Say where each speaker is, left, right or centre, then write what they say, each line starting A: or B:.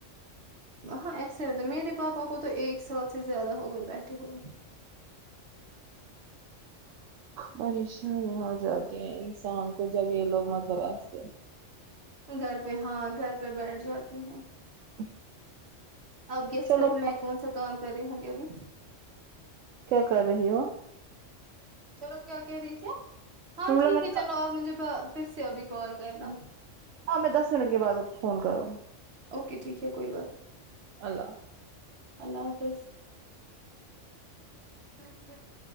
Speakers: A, on the right; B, on the right.
A: ہاں ایسے ہوتے میرے پاپا کو تو ایک سال سے زیادہ ہو گئے بیٹھے ہوئے
B: پریشانی ہو جاتی ہے انسان کو جب یہ لوگ مطلب ایسے
A: گھر پہ ہاں گھر پہ بیٹھ جاتے ہیں
B: <unintelligible>
A: اب گیس
B: چلو
A: کروں میں کون سا کام کر رہی ہوں گی ابھی
B: کیا کر رہی ہو
A: چلو کیا کہہ رہی تھی ہاں
B: میں بولا
A: ٹھیک
B: میں
A: ہے چلو اب مجھے پھر سے ابھی کال کرنا
B: ہاں میں دس منٹ کے بعد فون کروں
A: اوکے ٹھیک ہے کوئی بات نہیں
B: اللہ حافظ
A: اللہ حافظ <unintelligible>